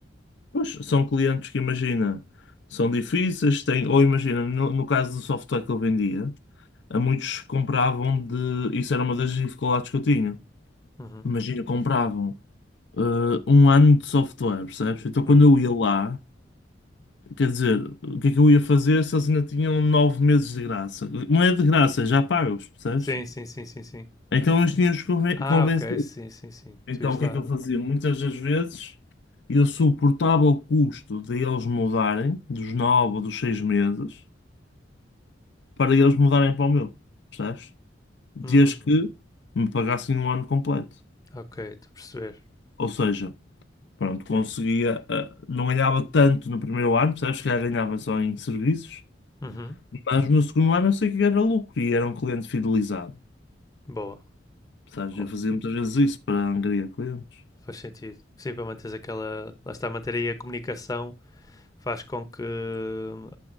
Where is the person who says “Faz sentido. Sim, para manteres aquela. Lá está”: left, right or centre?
Left